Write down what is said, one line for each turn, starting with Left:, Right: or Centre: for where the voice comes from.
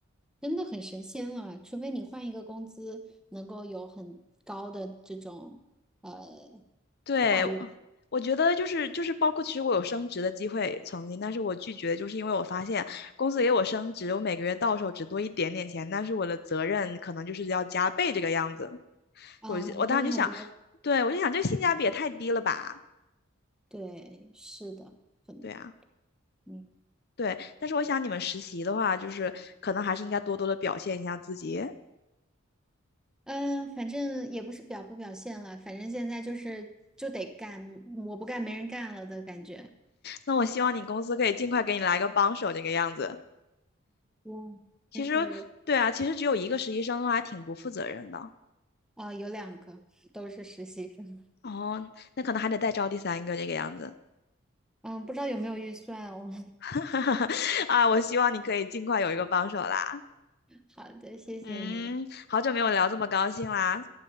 Centre: 真的很神仙了，除非你换一个工资能够有很高的这种呃
Left: 对，
Centre: 跨越，
Left: 我我觉得就是就是包括其实我有升职的机会曾经，但是我拒绝，就是因为我发现公司给我升职，我每个月到手只多一点点钱，但是我的责任可能就是要加倍这个样子。
Centre: 嗯，
Left: 我就我当时就想，
Centre: 因为很多
Left: 对，我就想这性价比也太低了吧？
Centre: 对，是的，很
Left: 对啊。
Centre: 嗯
Left: 对，但是我想你们实习的话，就是可能还是应该多多的表现一下自己。
Centre: 嗯，呃反正也不是表不表现了，反正现在就是就得干，我不干没人干了的感觉。
Left: 那我希望你公司可以尽快给你来个帮手这个样子。
Centre: 嗯，
Left: 其实，
Centre: 但是
Left: 对啊，其实只有一个实习生的话，还挺不负责任的。
Centre: 啊，有两个都是实习生，
Left: 哦，那可能还得再招第三个这个样子。
Centre: 嗯，不知道有没有预算哦。
Left: <laughs> 啊，我希望你可以尽快有一个帮手啦。
Centre: <laughs> 好的，谢谢你，
Left: 嗯，好久没有聊这么高兴啦，